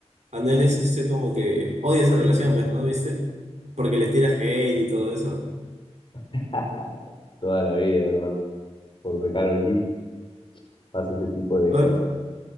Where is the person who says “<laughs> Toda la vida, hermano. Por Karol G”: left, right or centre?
Left